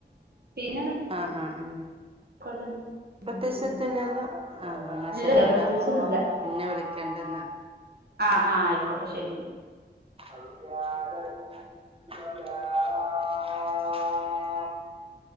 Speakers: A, on the right; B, on the right.
A: പിന്നെ
B: ആഹ് ആഹ് ആ
A: ആയിക്കോട്ടെ
B: പ്രത്യശത്തില്ലല്ലോ
A: ഉം ശരി
B: ആഹ് എന്നാൽ
A: ഇല്ലല്ല
B: ശരിട്ടോ
A: പ്രത്യേകിച്ചൊന്നുല്ല
B: പിന്നെ വിളിക്കണ്ടന്ന്
A: ആഹ് ആയിക്കോട്ടെ ശരിന്നാ
B: അയാ